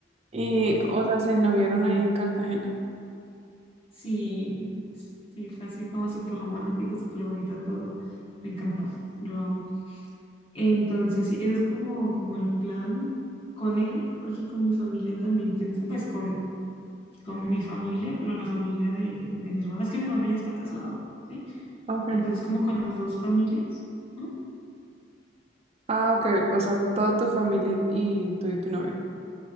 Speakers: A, on the right (about 35°); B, on the left (about 30°).
A: Y,
B: Sí,
A: o sea, se noviaron ahí en Cartagena.
B: sí, sí, fue así como súper romántico, súper bonito todo. Me encantó, lo amo. Entonces, sí, eso es como, como el plan con él, porque con mi familia también pensa, pues con, con mi familia, pero la familia de, de mi hermana, es que mi hermana ya está casada. ¿sí?
A: Okay.
B: Entonces, como con las dos familias, ¿no?
A: Ah, ok. O sea, toda tu familia y y tú y tu novio.